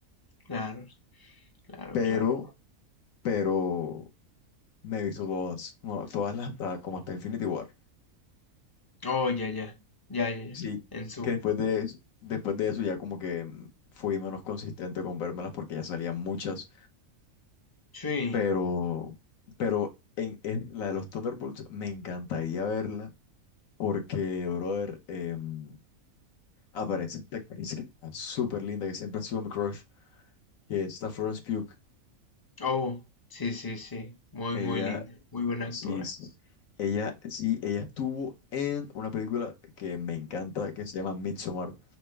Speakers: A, on the left; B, on the left.
A: Claro, claro,
B: pero,
A: claro.
B: pero me he visto todas, no, todas las hasta, como hasta Infinity War.
A: Oh, ya, ya, ya, ya, ya.
B: Sí,
A: En su...
B: que después de, es- después de eso ya como que mm, fui menos consistente con vérmelas porque ya salían muchas,
A: Sí.
B: pero, pero en, en la de los Thunderbolts me encantaría verla Porque, brother, em, aparece esta actriz que está súper linda, que siempre ha sido mi crush, que es esta Florence Pugh.
A: Oh, sí, sí, sí. Muy,
B: Ella,
A: muy linda, muy buena actora.
B: sí, sí. Ella, sí, ella estuvo en una película que me encanta, que se llama Midsommar.